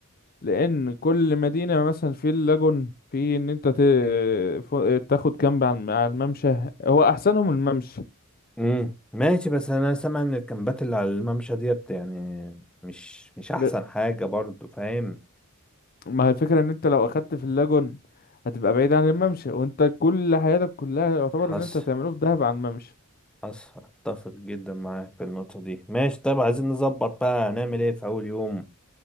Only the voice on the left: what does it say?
لان كل مدينة مثلا في اللاجون في ان انت ت- ف- تاخد كامب على الم- على الممشى هو احسنهم الممشى
ل-
ما هي الفكرة ان انت لو اخدت في اللاجون هتبقى بعيد عن الممشى وانت كل حياتك كلها يعتبر
ان انت هتعمله في دهب على الممشى